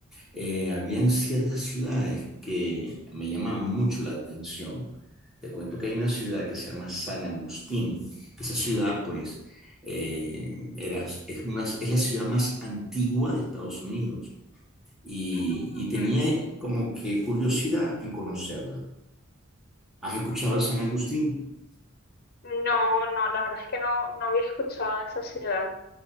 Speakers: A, in the centre; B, on the left.
A: Eh, habían ciertas ciudades que me llamaban mucho la atención. Te cuento que hay una ciudad que se llama San Agustín. Esa ciudad, pues, eh, era, es, una, es la ciudad más antigua de Estados Unidos y,
B: Mm.
A: y tenía como que curiosidad en conocerla. ¿Has escuchado de San Agustín?
B: No, no, la verdad es que no, no había escuchado de esa ciudad.